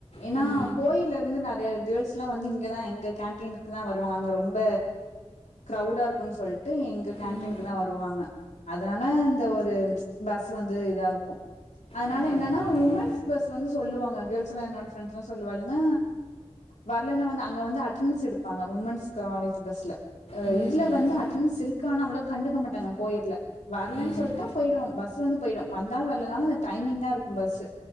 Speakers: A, on the left; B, on the left.
A: ஏனா
B: ம்
A: கோயில்ல இருந்து நெறையா கேர்ஸ் லா வந்து இங்கதா எங்க கேன்டீன்க்கு தா வருவாங்க அங்க ரொம்ப க்ரௌடா இருக்குனு சொல்ட்டு எங்க கேன்டீன்க்கு
B: ம்
A: தா வருவாங்க அதனால அந்த ஒரு பஸ் வந்து இதா இருக்கு அதனால
B: ஓ
A: என்னனா
B: அப்படியா
A: உமன்ஸ் பஸ் வந்து சொல்லுவாங்க கேர்ள்ஸ்லா என்னோட ஃப்ரண்டஸ்லா சொல்லுவாளுங்க வர்லனா வந்து அங்க வந்து அட்னன்ஸ் எடுப்பாங்க உமன்ஸ் காலேஜ் பஸ்ல அ
B: ம்
A: இதுல
B: ம்
A: வந்து அ ட்டனன்ஸ் இருக்கானு அவ்வளோ கண்டுக்க மாட்டாங்க கோயெட்ல வர்லன்
B: ம்
A: சொல்ட்டா பொய்டு பஸ் வந்து பொயிடு வந்தாலு வர்லனாலு அந்த டைமிங் தா இருக்கு பஸ்ஸு